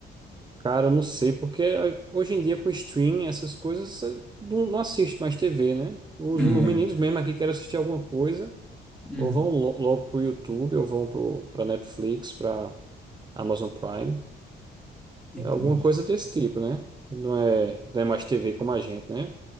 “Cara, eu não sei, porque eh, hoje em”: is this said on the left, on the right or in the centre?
Right